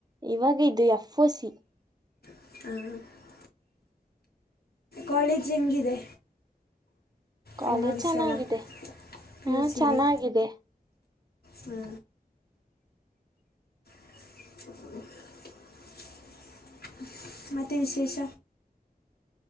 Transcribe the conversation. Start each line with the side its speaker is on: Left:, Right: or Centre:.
Right: ಇವಾಗ ಇದು ಎಫ್ ಸಿಿ
Left: ಹ ಕಾಲೇಜ್ ಹೆಂಗಿದೆ
Right: ಕಾಲೇಜ್
Left: ಮೆಮೊರೀಸ್
Right: ಚೆನ್ನಾಗಿದೆ
Left: ಎಲ್ಲ ಪಿ
Right: ಹಾ
Left: ಯು ಚಿಲಿ
Right: ಚೆನ್ನಾಗಿದೆ
Left: ಹ್ಞೂ <inaudible> ಮೆ ವಿಶೇಷ